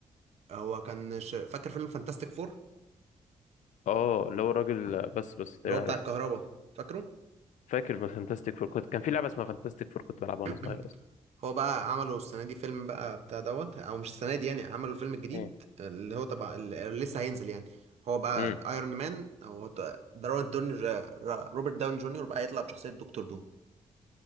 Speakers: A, on the right; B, on the left.
A: هو كان ش... فاكر فيلم فانتاستيك فور
B: اه اللي هو الراجل بس بس تقريبا
A: اللي هو بتاع
B: عرفته
A: الكهرباء فاكره
B: فاكر في فانتاستيك فور كنت كان في لعبه اسمها فانتاستيك فور كنت بلعبها
A: <clears throat>
B: وانا صغير اصلا
A: هو بقى عملوا السنة دي فيلم بقى بتاع دوت او مش السنة دي يعني عملوا الفيلم الجديد
B: مم.
A: اللي هو تبع اللي لسه هينزل يعني هو بقى
B: امم
A: ايرون مان او د- دارون دوني روبرت داون جونيور بقى هيطلع بشخصية دكتور دوم